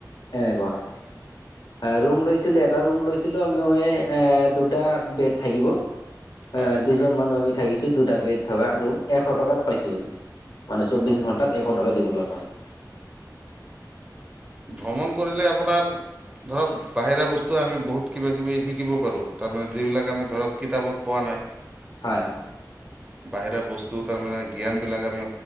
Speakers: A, on the left (about 75°); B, on the right (about 15°).
A: এনেকুৱা হয় ৰৰুম লৈ এটা ৰুম লৈছিলো আি দুটা বেড থাকিব
B: হয়
A: আহ দুজন মানুহ আমি থাকিছো দুটা বেড থকা ৰুম এশ টকাত পাইছো বাৰু মানে চৌবিশ
B: হয়
A: ঘণ্টাত এশ টকা দিব লগা হয়।
B: ভ্ৰমণ কৰিলে আপোনাৰ ধৰক বাহিৰা বস্তুৱে আমি বহুত কিবা কিবি শিকিব পাৰোঁ, তাৰমানে যিবিলাক আমি ধৰক কিতাপত পোৱা নাই।
A: হয় হয়।
B: বাহিৰা বস্তু তাৰমানানে জ্ঞানবিলাক আমি